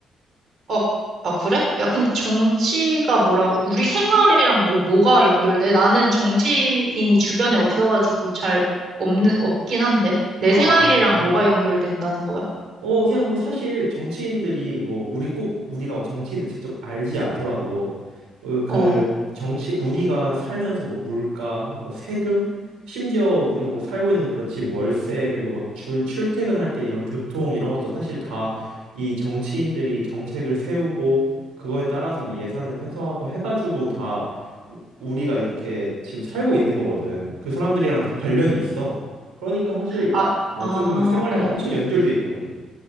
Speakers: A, on the right (about 65°); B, on the right (about 80°).
A: 어, 아, 그래? 야, 근데 정치가 뭐라고, 우리 생활이랑 뭐, 뭐가 연결돼? 나는 정치인이 주변에 없어가지고 잘 없는, 없긴 한데. 내
B: 아.
A: 생활이랑 뭐가 연결된다는 거야?
B: 어, 그냥 뭐 사실 정치인들이 뭐 우리 꼭 우리가 뭐 정치인을 직접 알지 않더라도 어, 그
A: 어.
B: 정치 우리가 살면서 뭐 물가, 뭐 세금, 심지어 우리가 뭐 살고 있는 그런 집 월세 그리고 막 출, 출퇴근할 때 이런 교통 이런 것도 사실 다 이 정치인들이 정책을 세우고 그거에 따라서 뭐 예산을 편성하고 해가지고 다 우- 우리가 이렇게 지금 살고 있는 거거든. 그 사람들이랑 다 관련이 있어. 그러니까 사실
A: 아,
B: 어쩌면
A: 아,
B: 생활이랑
A: 어.
B: 엄청 연결돼 있는 거지.